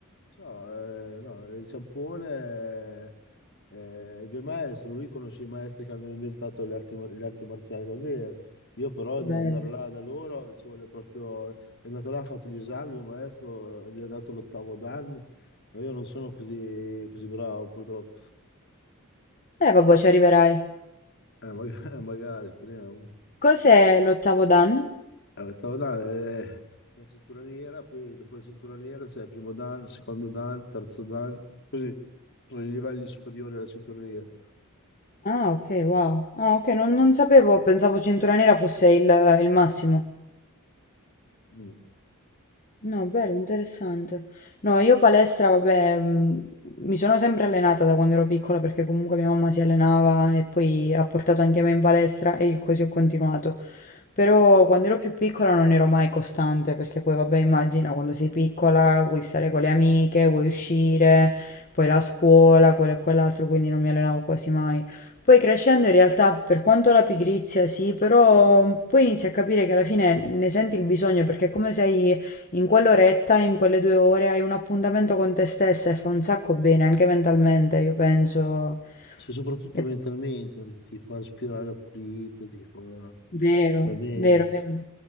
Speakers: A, on the left; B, on the left.
A: So, eh, no, il Giappone. Eh, il mio maestro, lui conosce i maestri che hanno inventato le arti, mar- le arti marziali davvero. Io però
B: Bello.
A: n- andare là da loro ci vuole proprio... È andato là, ha fatto gli esami, il mio maestro gli ha dato l'ottavo dan, ma io non sono così, così bravo purtroppo.
B: Eh vabbè, ci arriverai.
A: Eh, mag- <laughs> magari, speriamo.
B: Cos'è l'ottavo dan?
A: Eh, L'ottavo dan è è la cintura nera, poi dopo la cintura nera c'è il primo dan, il secondo dan, il terzo dan, così. Sono i livelli superiori alla cintura nera.
B: Ah, ok, wow. Ah, ok, non, non sapevo, pensavo cintura nera fosse il il massimo.
A: Mm.
B: No, bello, interessante. No, io palestra, vabbè, mh, mi sono sempre allenata da quando ero piccola perché comunque mia mamma si allenava e poi ha portato anche me in palestra e io così ho continuato. Però quando ero più piccola non ero mai costante perché poi, vabbè, immagina quando sei piccola vuoi stare con le amiche, vuoi uscire, poi la scuola, quello e quell'altro, quindi non mi allenavo quasi mai. Poi crescendo in realtà, per quanto la pigrizia sì, però poi inizi a capire che alla fine ne senti il bisogno perché è come se hai in quell'oretta, in quelle 2 ore hai un appuntamento con te stessa e fa un sacco bene anche mentalmente, io penso.
A: Sì, soprattutto
B: È
A: mentalmente, perché ti fa respirare pulito, ti fa...
B: vero,
A: va bene.
B: vero, vero.